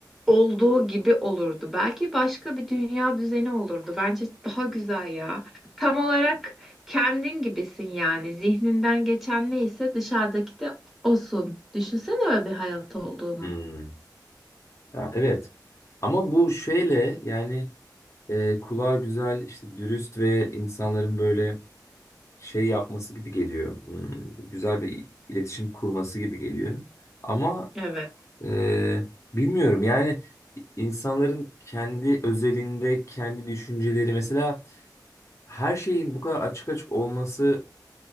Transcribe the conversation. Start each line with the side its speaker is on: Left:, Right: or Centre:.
Centre: olduğu gibi olurdu. Belki başka bir dünya düzeni olurdu. Bence daha güzel ya. Tam olarak kendin gibisin yani. Zihninden geçen neyse dışarıdaki de Olsun. Düşünsene öyle bir hayat olduğunu.
Left: Hmm. Ya, evet. Ama bu şeyle yani e, kulağa güzel işte dürüst ve insanların böyle şey yapması gibi geliyor. Hmm, güzel bir iletişim kurması gibi geliyor. Ama
Centre: Evet.
Left: e, bilmiyorum yani insanların kendi özelinde kendi düşünceleri mesela her şeyin bu kadar açık açık olması